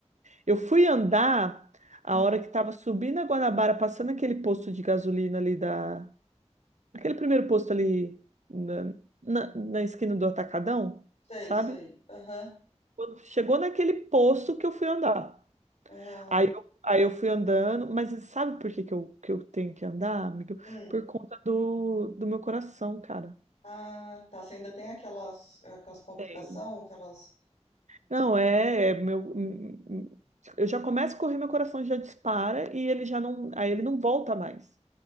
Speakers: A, on the right; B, on the left.
A: Eu fui andar a
B: Hum,
A: hora que tava subindo a Guanabara, passando aquele posto de gasolina ali da. Aquele primeiro posto ali na, na, na esquina do Atacadão,
B: sei,
A: sabe?
B: sei. Aham.
A: Quando chegou naquele posto que eu fui andar.
B: Aham.
A: Aí eu, aí eu fui andando, mas sabe por que que eu, que eu tenho que andar, amigo?
B: Hum.
A: Por conta do, do meu coração, cara.
B: Ah, tá. Você ainda tem aquelas, aquelas palpitação,
A: Tem.
B: aquelas.
A: Não, é, é meu. hum, hum, Eu já começo a correr, meu coração já dispara e ele já não. Aí ele não volta mais.